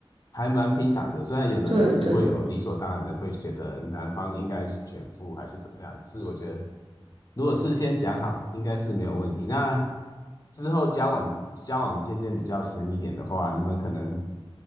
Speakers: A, on the left (about 40°); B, on the right (about 80°).
A: 还蛮平常的。虽然有的人是会有理所当然的会觉得男方应该全付还是怎么样，
B: 对对对。
A: 可是我觉得如果事先讲好，应该是没有问题。那之后交往交往渐渐比较深一点的话，你们可能